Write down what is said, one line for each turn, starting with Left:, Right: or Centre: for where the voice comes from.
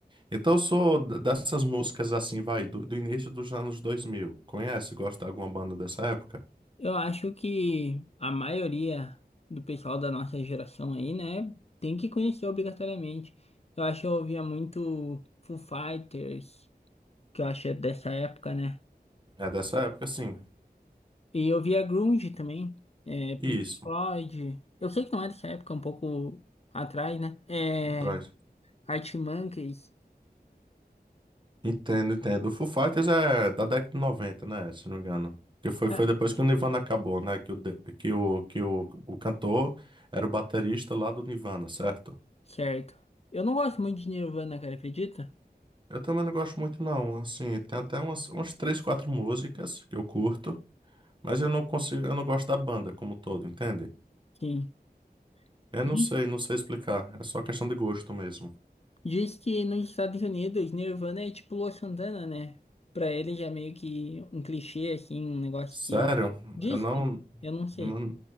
Right: Então, eu sou d- dessas músicas assim, vai, do, do início dos anos 2000. Conhece? Gosta de alguma banda dessa época?
Left: Eu acho que a maioria do pessoal da nossa geração aí, né, tem que conhecer obrigatoriamente. Eu acho que eu ouvia muito Foo Fighters, que eu acho que é dessa época, né?
Right: É dessa época, sim.
Left: E eu via grunge também, é, Pink
Right: Isso,
Left: Floyd. Eu sei que não é dessa época, um pouco atrás, né? É,
Right: traz.
Left: Arctic Monkeys.
Right: Entendo, entendo. O Foo Fighters é da década de 90, né? Se não me engano. Que foi,
Left: Ah,
Right: foi depois que o Nirvana acabou, né? Que o, de- que o, que o, o cantor era o baterista lá do Nirvana, certo?
Left: certo. Eu não gosto muito de Nirvana, cara, acredita?
Right: Eu também não gosto muito, não. Assim, tem até umas, umas três, quatro músicas que eu curto, mas eu não consigo, eu não gosto da banda como todo, entende?
Left: Sim.
Right: Eu
Left: Diz,
Right: não sei, não sei explicar. É só questão de gosto mesmo.
Left: diz que nos Estados Unidos, Nirvana é tipo Lua Santana, né? Pra eles é meio que um clichê, assim, um negócio
Right: Sério?
Left: que... Diz
Right: Eu não,
Left: que, eu não sei.
Right: não,